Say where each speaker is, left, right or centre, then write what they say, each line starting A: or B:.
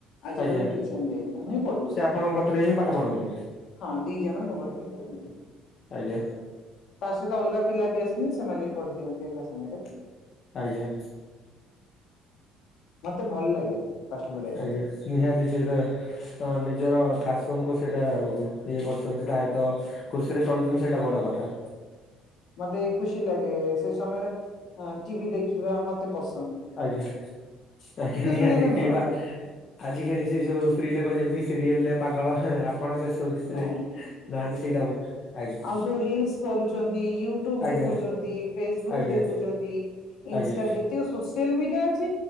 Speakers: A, on the left; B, on the left.
A: ଆଜି
B: ଆଜ୍ଞା
A: ପର୍ଯ୍ୟନ୍ତ ଟ୍ୟୁସନ୍ ଦେଇନି ମୁଁ ହିଁ ପଢଉଚି।
B: ସେ ଆପଣଙ୍କ କତିରେ ହିଁ ପାଠ ପଢନ୍ତି?
A: ହଁ ଦି ଜଣ ମ କତିରେ ବି ପଢନ୍ତି।
B: ଆଜ୍ଞା।
A: ତା ସହିତ ଅଲଗା ପିଲା ବି ଆସନ୍ତି ସେମାନେ ବି ପଢି ଦିଅନ୍ତି ଏକା ସାଙ୍ଗେରେ।
B: ଆଜ୍ଞା।
A: ମତେ ଭଲ ଲାଗେ ପାଠ ପଢେଇବା
B: ଆଜ୍ଞା
A: ପାଇଁ।
B: ନିହାତି ସେଟା ଅ -ନିଜର ପାସନ୍ କୁ ସେଇଟା ଇଏ କରୁଚନ୍ତି ତା ସହିତ। ଖୁସିରେ ଚଳୁଚନ୍ତି ସେଇଟା ବଡ କଥା।
A: ମତେ ଖୁସି ଲାଗେ ସେ ସମୟରେ ଟିଭି ଦେଖିବା ମତେ ପସ୍
B: ଆଜ୍ଞା -ଆଜ୍ଞା ନିହାତି
A: ଶୁଣିବା ପାଇଁ
B: ଟି
A: ଭଲ
B: ବା
A: ପାଏ
B: ଆଜିିକାଲି ସେ ସବୁ ସ୍ତ୍ରୀ ଲୋକ ଯେମିତି ସିରିଏଲ୍ ରେ ପାଗଳ ହେଁ ଆ ଆପଣ ସେ ସବୁ ଖୁସିରେ
A: ନାଇଁ
B: ନାହାନ୍ତି ସେଇଟା ବୁ ଆଜ୍ଞା।
A: ଯଉ ରିଲ୍ସ କରୁଚନ୍ତି ୟୁଟ୍ୟୁବ୍
B: ଆଜ୍ଞା
A: ଦେଖୁଚନ୍ତି ଫେସବୁକ୍
B: ଆଜ୍ଞା
A: ଦେଖୁଚନ୍ତି। ଇନ୍ଷ୍ଟା
B: ଆଜ୍ଞା
A: ଯେତିକ ସୋସିଆଲ ମିଡିଆ ଅଛି